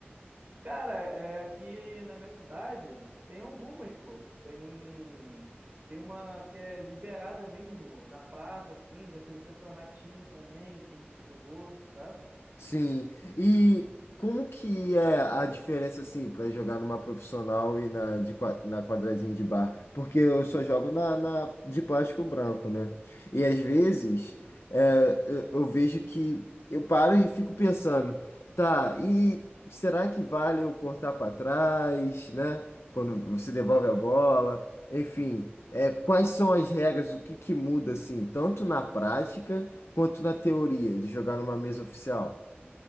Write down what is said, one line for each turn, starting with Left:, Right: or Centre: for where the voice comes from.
Right: Cara, é, aqui na minha cidade tem algumas, pô. Tem. Tem uma que é liberada mesmo na praça, assim, já teve campeonatinho também que a gente jogou, sabe?
Left: Sim. E como que é a diferença, assim, para jogar numa profissional e na, de, qua- na quadradinha de bar? Porque eu só jogo na, na de plástico branco, né? E às vezes
Right: Sim,
Left: é, eu, eu vejo que eu paro e fico pensando, tá, e será que vale eu cortar para trás, né? Quando você devolve
Right: sim.
Left: a bola, enfim. É, quais são as regras, o que que muda, assim, tanto na prática quanto na teoria de jogar numa mesa oficial?